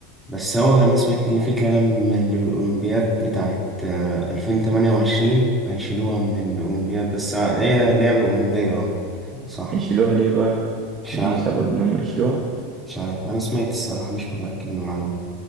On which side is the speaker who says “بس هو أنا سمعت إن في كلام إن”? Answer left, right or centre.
Centre